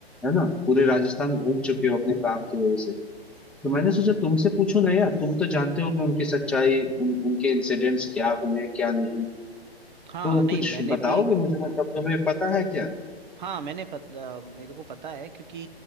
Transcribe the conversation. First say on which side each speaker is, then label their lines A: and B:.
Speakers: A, in the centre; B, on the right.
A: है ना पूरे
B: हम्म
A: राजस्थान
B: हम्म।
A: घूम चुके हो अपने काम की वजह से तो मैंने सोचा तुमसे पूछूं ना यार तुम तो जानते हो कि उनकी सच्चाई उन, उनके इंसिडेंट्स क्या हुए क्या नहीं
B: हाँ
A: तो
B: नहीं
A: कुछ
B: मैंने
A: बताओगे
B: भी
A: मुझे मतलब तुम्हें पता है क्या
B: हाँ मैंने पत, अ, मेरे को पता है क्योंकि